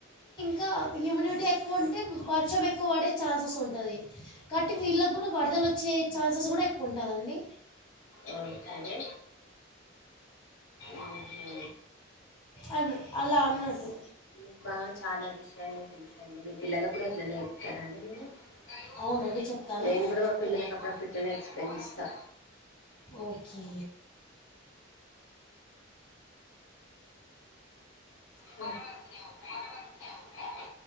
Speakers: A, on the left; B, on the left.
A: కా హ్యుముడిటీ ఎక్కువ ఉంటే వర్షం ఎక్కువ పడే ఛాన్సెస్ ఉంటది కాట్టి వీళ్ళకి కూడా వరదలొచ్చే ఛాన్సెస్ కూడా ఎక్కువ ఉంటాదండి
B: ఓకే ఊహూ
A: అన్ అలా అన్నట్టు
B: మీకు బాగా చాలా విషయానే తెలుసండి మీ పిల్లలకు కూడా అట్లనే చెప్తారా అండి మీరు <unintelligible>
A: అవునండి చెప్తాను
B: నేను కూడా మా పిల్లలకు అప్పుడప్పుడు ఇట్లనే ఎక్స్ప్లయిన్ చేస్తా
A: ఓకే
B: <unintelligible> <unintelligible>